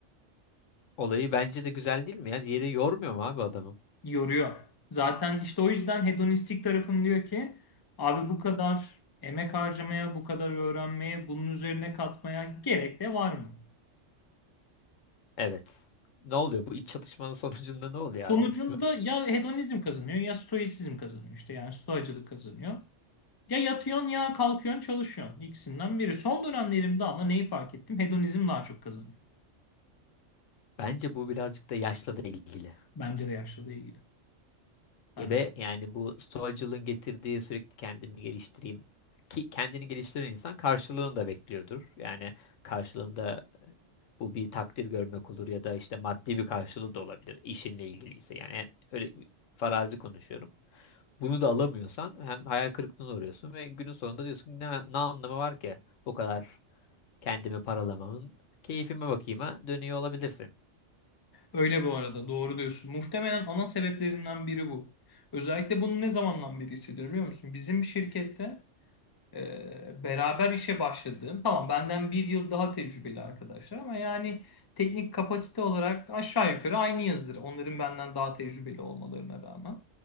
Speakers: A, on the left; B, on the left.
A: Olayı bence de güzel değil mi ya? Diğeri yormuyor mu abi adamı?
B: yoruyor. Zaten işte o yüzden hedonistik tarafım diyor ki abi bu kadar emek harcamaya, bu kadar öğrenmeye, bunun üzerine katmaya gerek de var mı?
A: Evet. Ne oluyor? Bu iç çatışmanın <laughs> sonucunda ne oluyor
B: Sonucunda
A: abi mesela?
B: ya hedonizm kazanıyor ya stoisizm kazanıyor işte yani stoacılık kazanıyor. Ya yatıyorsun ya kalkıyorsun çalışıyorsun ikisinden biri. Son dönemlerimde ama neyi fark ettim? Hedonizm daha çok kazanıyor.
A: <laughs> Bence bu birazcık da yaşla da ilgili.
B: Bence de yaşlılığa ilgili. Yani
A: E be yani bu stoacılığın getirdiği sürekli kendimi geliştireyim. Ki kendini geliştiren insan karşılığını da bekliyordur. Yani karşılığında Bu bir takdir görmek olur ya da işte maddi bir karşılığı da olabilir işinle ilgiliyse. Yani en- öyle bir farazi konuşuyorum. Bunu da alamıyorsan hem hayal kırıklığına uğruyorsun ve günün sonunda diyorsun ki ne, ne anlamı var ki bu kadar kendimi paralamamın keyfime bakayım'a dönüyor olabilirsin.
B: öyle bu arada doğru diyorsun. Muhtemelen ana sebeplerinden biri bu. Özellikle bunu ne zamandan beri hissediyorum biliyor musun? Bizim şirkette Ee, beraber işe başladığım, tamam benden bir yıl daha tecrübeli arkadaşlar ama yani teknik kapasite olarak aşağı yukarı aynı yazdır. Onların benden daha tecrübeli olmalarına rağmen.